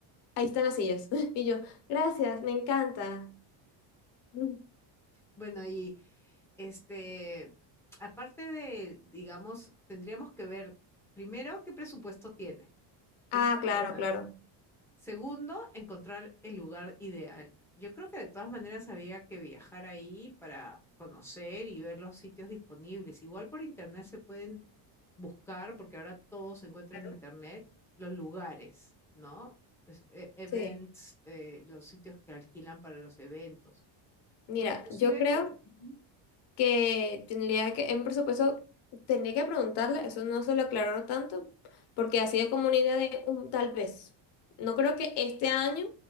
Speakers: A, on the left; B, in the centre.
A: ahí están las sillas, <laughs> y yo, gracias, me encanta. Mm.
B: Bueno, y este, aparte de, digamos, tendríamos que ver primero qué presupuesto tiene.
A: Ah,
B: Es importante.
A: claro, claro.
B: Segundo, encontrar el lugar ideal. Yo creo que de todas maneras había que viajar ahí para conocer y ver los sitios disponibles. Igual por internet se pueden buscar, porque ahora todo se encuentra
A: Claro.
B: en internet, los lugares, ¿no? Es- e- Events,
A: Sí,
B: eh, los sitios que alquilan para los eventos.
A: mira,
B: O inclusive,
A: yo creo
B: Ujú,
A: que tendría que, en presupuesto, tendría que preguntarle, eso no se lo aclaró tanto, porque ha sido como una idea de un tal vez. No creo que este año,